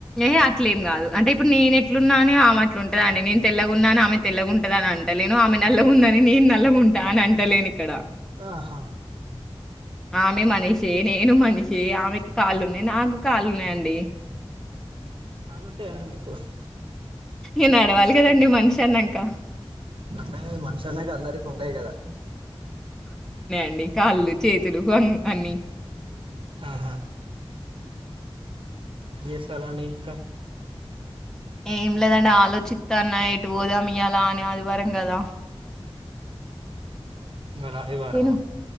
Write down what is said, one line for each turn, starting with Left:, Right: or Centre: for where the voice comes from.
Centre: ఏ అట్లే ఏం కాదు అంటే ఇప్పుడు నేను ఎట్లున్నాని ఆమె అట్లు ఉంటద అండి నేను తెల్లగా ఉన్నా అని ఆమె తెల్లగా ఉంటద అని అంటలేను ఆమె నల్లగా ఉందని నేను నల్లగా ఉంటా అని అంటలేను ఇక్కడ
Right: ఆహా
Centre: ఆమె మనీష ఏన ఏను మనీష ఆమెకి కాల ఉన్నా నా కాలున్నాయండి
Right: కాలు ఉంటే ఎరన బకు
Centre: ఏన్ అడవల్ కదండి మనుషా అన్నంక
Right: అంటేనే మనిషి అనేక అందరికి ఉండేయి కదా
Centre: ండి కాళ్ళు చేతులు అన్ని
Right: ఆహా ఏ సాలాని ఇకా
Centre: ఏం లేదండి ఆలోచిస్త అన్నా ఇటు పోదాం ఇ అలా అనే ఆదివారం కదా
Right: బళ రవివారమా
Centre: తిను.